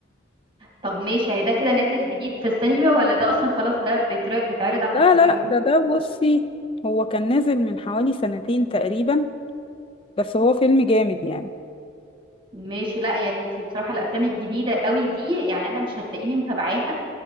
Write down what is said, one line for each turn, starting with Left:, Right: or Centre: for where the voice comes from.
Right: طب ماشي يعني ده كده نازل جديد في السينما ولا ده اصلا خلاص ده بيتر... بيتعرض على
Left: لا
Right: التلفزيون
Left: لا ده ده بصي هو كان نازل من حوالي سنتين تقريبا بس هو فيلم جامد يعني
Right: ماشي لا يعني انت بصراحة الافلام الجديدة قوي دي يعني انا مش هتلاقيني متابعاها